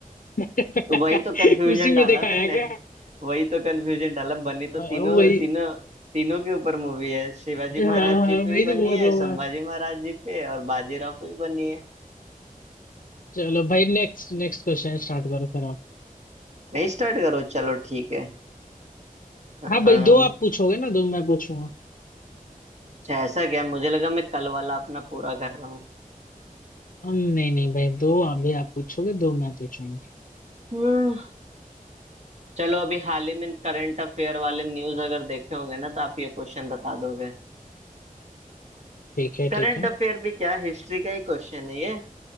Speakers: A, on the left (about 65°); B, on the right (about 50°).
A: <laughs>
B: तो वही तो कंफ्यूजन
A: उसी
B: डाला
A: में दिखाया
B: मैंने
A: क्या
B: वही तो कंफ्यूजन डाला बनी तो
A: अ,
B: तीनों
A: वही
B: तीनों तीनों के ऊपर मूवी है शिवाजी
A: हाँ
B: महाराज जी
A: हाँ
B: पे
A: वही
B: भी बनी
A: तो बोल
B: है
A: रहा
B: संभाजी
A: हूँ मैं
B: महाराज जी पे और बाजीराव पे भी बनी है
A: चलो भाई नेक्स्ट नेक्स्ट क्वेश्चन स्टार्ट करो फिर आप
B: नहीं स्टार्ट करो चलो ठीक है अम्म,
A: हाँ भाई दो आप पूछोगे ना दो मैं पूछूंगा
B: अच्छा ऐसा क्या मुझे लगा मैं कल वाला अपना पूरा कर रहा हूँ
A: हम नहीं नहीं भाई दो आप भी आप पूछोगे दो मैं पूछूंगा
B: हम्म, चलो अभी हाल ही में करंट अफेयर वाले न्यूज अगर देखे होंगे ना तो आप ये क्वेश्चन बता दोगे
A: ठीक है
B: करंट
A: ठीक है
B: अफेयर भी क्या हिस्ट्री का ही क्वेश्चन है